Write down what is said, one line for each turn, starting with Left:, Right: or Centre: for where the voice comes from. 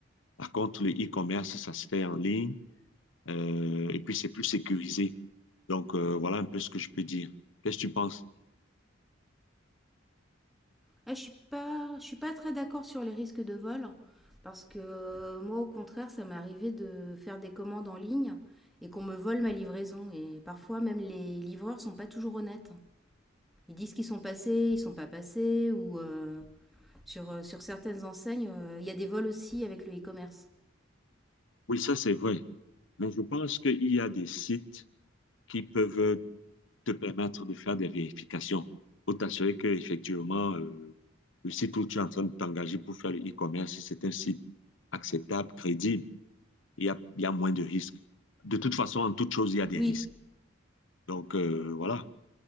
Left: Par contre, le e-commerce, ça se fait en ligne euh, et puis c'est plus sécurisé. Donc, euh, voilà un peu ce que je peux dire. Qu'est-ce que tu penses?
Centre: Ah, je suis pas, je suis pas très d'accord sur les risques de vol parce que euh, moi, au contraire, ça m'est arrivé de faire des commandes en ligne et qu'on me vole ma livraison. Et parfois, même les livreurs sont pas toujours honnêtes. Ils disent qu'ils sont passés, ils sont pas passés, ou euh, sur, euh, sur certaines enseignes, euh, il y a des vols aussi avec le e-commerce.
Left: Oui, ça, c'est vrai. Mais je pense qu'il y a des sites qui peuvent te permettre de faire des vérifications pour t'assurer que effectivement euh, le site où tu es en train de t'engager pour faire le e-commerce, c'est un site acceptable, crédible. Il y a, il y a moins de risques. De toute façon, en toute chose, il y a des
Centre: Oui,
Left: risques. Donc, euh, voilà.